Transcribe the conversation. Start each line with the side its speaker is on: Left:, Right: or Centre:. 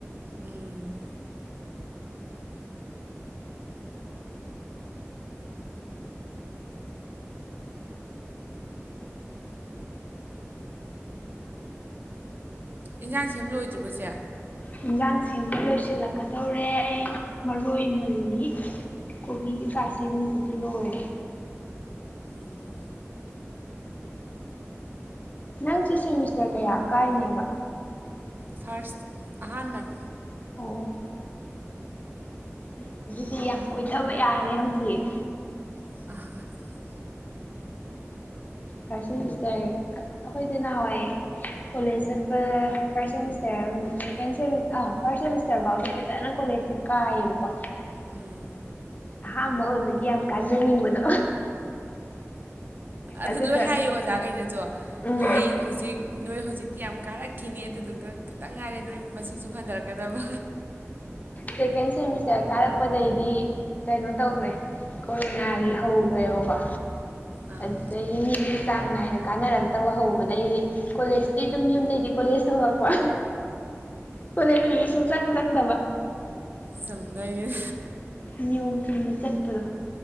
Right: ꯎꯝ ꯏꯟꯁꯥꯡ ꯁꯦꯝꯂꯣꯏꯗ꯭ꯔꯤꯕꯁꯦ
Left: ꯌꯦꯟꯖꯥꯡ ꯁꯦꯝꯕ ꯂꯣꯏꯁꯤꯜꯂꯛꯀꯗꯧꯔꯦ ꯑꯩ ꯃꯔꯣꯏ ꯃꯜꯂꯤ ꯀꯣꯕꯤꯒꯤ ꯀꯥꯥꯁ ꯃꯨꯚꯗꯤ ꯂꯣꯏ
Right: ꯎꯝ
Left: ꯅꯪꯁꯦ ꯁꯦꯃꯤꯁꯇꯔ ꯀꯌꯥ ꯀꯥꯏꯅꯦꯕ
Right: ꯐꯥꯔꯁ ꯑꯍꯥꯟꯕꯟꯅꯦ
Left: ꯑꯣ ꯑꯁ ꯑꯗꯨꯗꯤ ꯌꯥꯝ ꯀꯣꯏꯊꯕ ꯌꯥꯔꯦ ꯍꯧꯖꯤꯛ
Right: <unintelligible>
Left: ꯐꯥꯔꯁꯁꯇꯔ ꯑꯁ ꯑꯩꯈꯣꯏꯁꯦ ꯅꯍꯥꯟꯋꯥꯏ ꯀꯣꯂꯦꯖ ꯆꯠꯄ first semester second first semester ꯐꯥꯎꯗꯤ ꯐꯖꯅ ꯀꯣꯂꯦꯖꯁꯦ ꯀꯥꯏꯌꯦꯕꯀꯣ
Right: ꯎꯝ
Left: ꯑꯍꯥꯥꯟꯕ ꯑꯣꯏꯕꯒꯤ ꯌꯥꯝ ꯀꯥꯖꯅꯤꯡꯕꯗꯣ
Right: ꯑꯗꯨ
Left: ꯑꯗꯨꯒ
Right: ꯂꯣꯏ ꯍꯥꯏ ꯑꯣꯖꯥꯒꯩꯅꯖꯨ
Left: ꯎꯝ
Right: ꯅꯣꯏ ꯍꯨꯖꯤꯛ ꯅꯣꯏ ꯍꯧꯖꯤꯛꯇꯤ ꯌꯥꯝ ꯀꯥꯔꯛꯈꯤꯅꯤ ꯑꯗꯨꯗꯨꯒ ꯈꯤꯇꯪ ꯉꯥꯏꯔꯦ ꯅꯣꯏ ꯃꯁꯤꯡꯁꯨꯨꯝ ꯍꯟꯗꯔꯛꯀꯗꯕ
Left: ꯁꯦꯀꯦꯟ ꯁꯦꯃꯤꯁꯇꯔ ꯀꯥꯔꯛꯄꯗꯩꯗꯤ ꯀꯩꯅꯣ ꯇꯧꯈ꯭ꯔꯦ ꯀꯣꯔꯣꯅꯥꯒꯤ ꯍꯧꯈ꯭ꯔꯦꯕꯀꯣ
Right: ꯑꯥ
Left: ꯑꯗꯨꯗꯩ ꯆꯥꯡ ꯅꯥꯏꯅ ꯀꯥꯟꯅꯔꯛꯇꯕ ꯍꯧꯕꯗꯒꯤꯩꯗꯤ ꯀꯣꯂꯦꯖꯇꯤ ꯑꯗꯨꯝ ꯌꯨꯝꯗꯒꯤꯩꯗꯤ ꯀꯣꯂꯦꯖ ꯇꯧꯔꯛꯄ ꯀꯣꯂꯦꯖ ꯐꯪꯉꯤ ꯁꯨꯡꯆꯪ ꯆꯪꯗꯕ
Right: ꯆꯨꯝꯗꯣꯏꯅꯦ
Left: ꯅꯤꯌꯣꯝ ꯆꯨꯝꯅ ꯆꯠꯄꯗꯣ